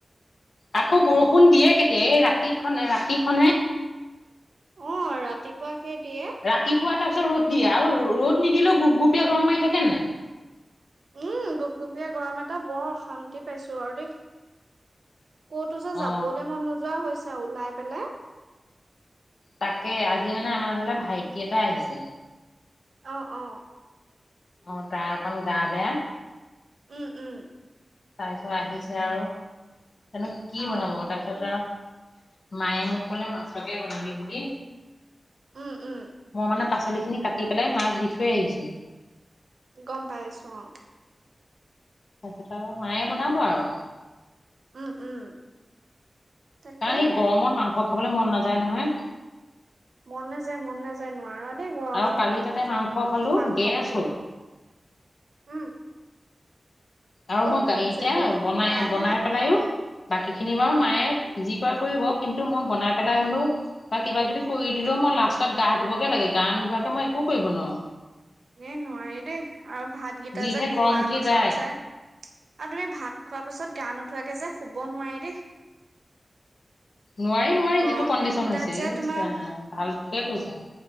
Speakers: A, on the left; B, on the right.
A: আকৌ বৰষুণ দিয়ে কেতিয়া, এই ৰাতি খনে, ৰাতিখনহে।
B: অ', ৰাতিপুৱা হে দিয়ে।
A: ৰাতিপুৱা তাৰপিছত, ৰ'দ দিয়ে। আৰু ৰ'দ নিদিলেঁও, গুপ গুপীয়া গৰম মাৰি থাকেনে নাই?
B: উম, গুপগুপীয়া গৰম এটা, বৰ অশান্তি পাইছোঁ আৰু দেই। ক'তো যে যাবলৈ
A: অ
B: মন নোযোৱা হৈছে, ওলাই পেলাই।
A: তাকে, আজি মানে আমাৰ ঘৰলে, ভাইটি এটা আহিছে।
B: অ', অ',।
A: অ', তাৰ অকণ, গা বেয়া।
B: উম, উম।
A: তাৰপিছত আহিছে আৰু, এতিয়ানো কি
B: অ
A: বনাব, তাৰপিছত আৰু মায়ে মোক ক'লে, মাছকে বনাবি বুলি।
B: উম উম
A: মই মানে, পাচলি খিনি কাটি পেলাই, মাক দি থয় আহিছো।
B: গম পাইছো অ'।
A: তাৰপিছত আৰু, মায়ে বনাব আৰু।
B: উম, উম। তাকেহে
A: কাৰণ এই গৰমত, মাংস খাবলৈ মন নাযায় নহয়।
B: মন নাযায়, মন নাযায়। নোৱাৰ দেই, গৰমত
A: আৰু কালি তাতে মাংস খালো
B: মাংস
A: গেছ
B: খাবলৈ।
A: হ'ল
B: উম',।
A: আৰু মই
B: পেট
A: গাইকে
B: চেট বোৰ দেখোন
A: বনাই
B: বেয়াহে
A: বনাই
B: লাগে
A: পেলাইওঁ বাকী খিনি বাৰু মায়ে যি কৰে কৰিব, কিন্তু মই বনাই পেলাই
B: উম
A: হলেওঁ বা কিবা কিবি কৰি দিলেওঁ মই লাষ্টত গা ধুবগে লাগে, গা নোধোৱাকে মই একো কৰিব নোৱাৰো।
B: এ' নোৱাৰি দেই আৰু ভাতকেইটা
A: যিহে
B: যে
A: গৰম
B: খোৱাৰ
A: উঠি
B: পাছত
A: যায়
B: যে আৰু তুমি ভাত খোৱাৰ পাছত গা নোধোৱাকে যে শুব নোৱাৰি দেই।
A: নোৱাৰি নোৱাৰি
B: গৰম
A: যিটো কণ্ডিচন
B: দিন কেইটাত
A: হৈছে
B: যে
A: ইচ
B: তোমাৰ
A: ৰাম ভালটোৱে কৈছা।